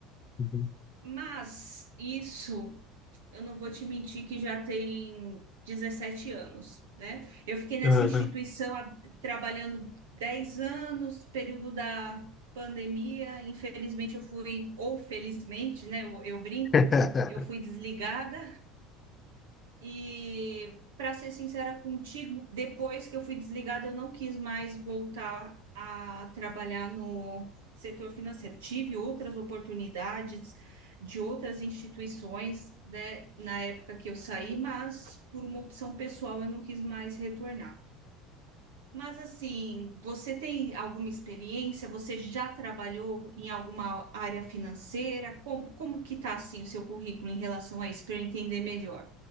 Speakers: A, on the left (about 35°); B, on the right (about 75°).
A: uhum.
B: Mas isso, eu não vou te mentir que já tem 17 anos, né? Eu fiquei nessa
A: É,
B: instituição há- trabalhando 10 anos, período da pandemia. Infelizmente, eu fui, ou felizmente, né? Eu, eu brinco,
A: né?
B: eu fui
A: <laughs>
B: desligada. E, para ser sincera contigo, depois que eu fui desligada, eu não quis mais voltar a trabalhar no setor financeiro. Tive outras oportunidades de outras instituições, né, na época que eu saí, mas por uma opção pessoal eu não quis mais retornar. Mas assim, você tem alguma experiência? Você já trabalhou em alguma área financeira? Como, como que está assim o seu currículo em relação a isso, para eu entender melhor?